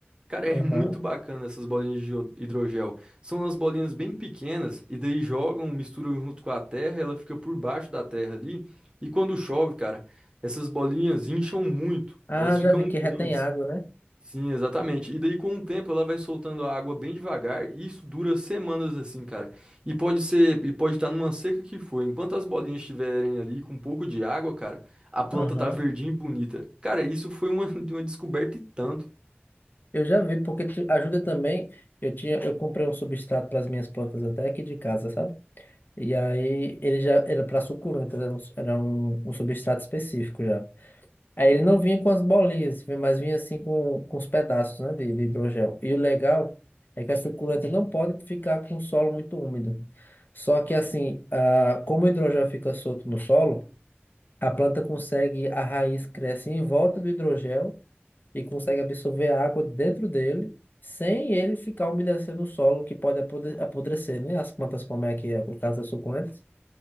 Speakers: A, on the right; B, on the left.
A: Cara, é
B: Aham.
A: muito bacana essas bolinhas de hidro- hidrogel. São umas bolinhas bem pequenas e daí jogam, misturam junto com a terra, ela fica por baixo da terra ali. E quando chove, cara, essas bolinhas incham muito,
B: Ah,
A: elas ficam
B: já vi que retém
A: grandes.
B: água, né?
A: Sim, exatamente. E daí, com o tempo, ela vai soltando a água bem devagar, e isso dura semanas assim, cara. E pode ser, e pode estar numa seca que for. Enquanto as bolinhas estiverem ali com um pouco de água, cara, a planta
B: Aham.
A: tá verdinha e bonita. Cara, isso foi uma, <laughs> uma descoberta e tanto.
B: Eu já vi, porque te ajuda também. Eu tinha, eu comprei um substrato para as minhas plantas até aqui de casa, sabe? E aí ele já era para suculentas, era, um, era um- um substrato específico já. Aí ele não vinha com as bolinhas, vinha- mas vinha assim com, com os pedaços, né, de, de hidrogel. E o legal é que a suculenta não pode ficar com o solo muito úmido. Só que assim, ah, como o hidrogel fica solto no solo, a planta consegue, a raiz cresce em volta do hidrogel e consegue absorver a água dentro dele, sem ele ficar umedecendo o solo, que pode apode- apodrecer, né? As plantas, como é que é o caso das suculentas.